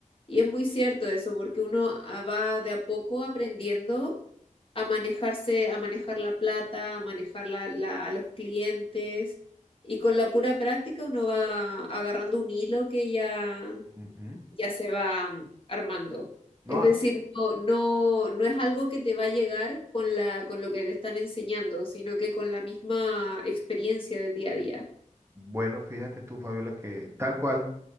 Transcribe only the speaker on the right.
Ujú.
No,
bueno, fíjate tú, Fabiola, que tal cual.